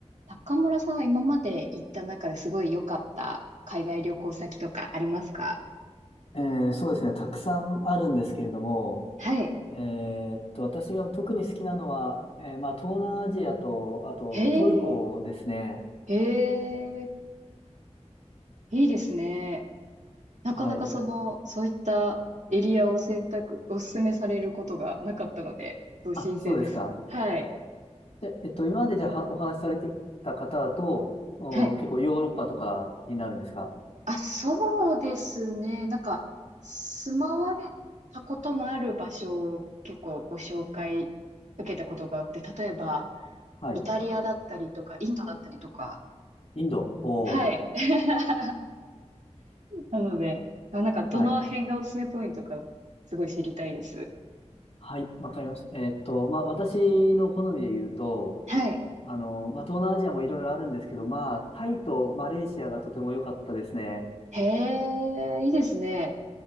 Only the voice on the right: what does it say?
中村さんは今まで行った中ですごい良かった海外旅行先とかありますか
はい。
へえ、へえ、いいですね。
なかなかその、そういったエリアを選択、お勧めされることがなかったので、すごい新鮮です。
はい。
はい。
あ、そうですね。なんか、住まわれたことのある場所を結構ご紹介受けたことが多くて、例えば、
イタリアだったりとか、インドだったりとか、
はい。<laughs> なので、あ、なんかどの辺がおすすめポイントか、
すごい知りたいです。
はい。
へえ、いいですね。